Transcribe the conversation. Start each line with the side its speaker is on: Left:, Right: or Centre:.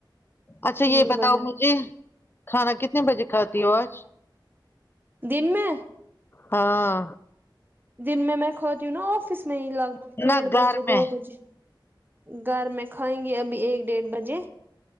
Left: اچھا
Right: صحیح
Left: یہ بتاؤ
Right: بات
Left: مجھے کھانا کتنے بجے کھاتی ہوں آج
Right: دن میں
Left: ہاں
Right: دن میں میں کھتی ہوں نا آفس میں ہی لگ بھگ ڈیڑھ
Left: نہ گھر
Right: بجے
Left: میں
Right: دو بجے گھر میں کھائیں گی ابھی ایک ڈیڑھ بجے